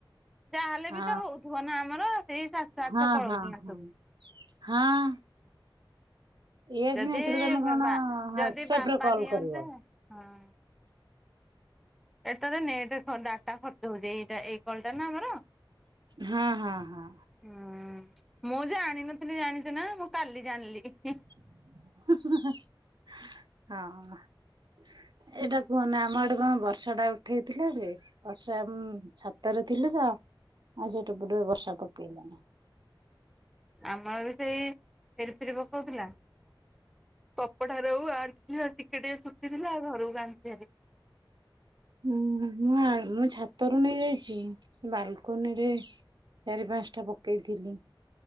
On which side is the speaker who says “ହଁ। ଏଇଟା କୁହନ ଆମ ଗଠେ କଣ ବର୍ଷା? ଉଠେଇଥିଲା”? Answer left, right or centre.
Right